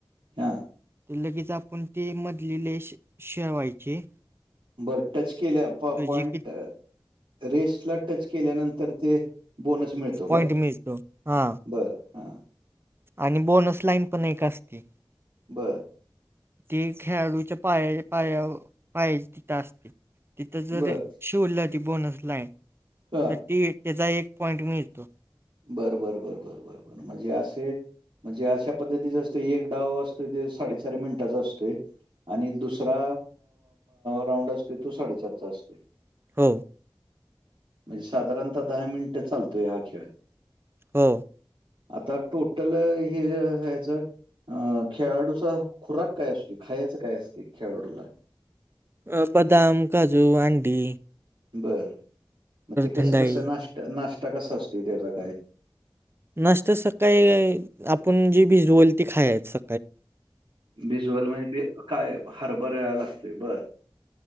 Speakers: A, on the right (about 80°); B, on the right (about 25°).
A: हा
B: लगेच आपण ते मधले लेश शेवायचे
A: बरं टच केल्या पॉ, पॉइंट
B: जे की
A: रेस्टला टच केल्यानंतर ते बोनस मिळतो काय
B: पॉईंट मिळतो हा
A: बरं हां.
B: आणि बोनस लाईन पण एक असती
A: बरं
B: ते खेळाडूच्या पाया, पायावं पायज तिथ असते. तिथं जर
A: बरं.
B: शिवलं ती बोनस लाईन
A: हां.
B: तर ती त्येजा एक पॉइंट मिळतो
A: बरं बरं बरं बरं बर बर म्हणजे असे म्हणजे अशा पद्धतीचा असतं एक डाव असतोय ते साडेचार मिनिटाचा असतोय. आणि दुसरा राऊंड असतोय तो साडेचारचा असतोय.
B: हो
A: म्हणजे साधारणता दहा मिनिटं चालतोय हा खेळ
B: हो
A: आता टोटल हे हेजच अ खेळाडूचा खुराक काय असतोय खायचं काय असत खेळाडूला
B: अ बदाम, काजू, आंडी
A: बर मग ते
B: थंडाई
A: कसं कसं नाश् नाश्ता कसा असतोय त्याचा काय?
B: नाश्ता सकाळी आपण जे भिजवल ते खायचं.
A: भिजवल म्हणजे बी काय हरभरायला लागतय बरं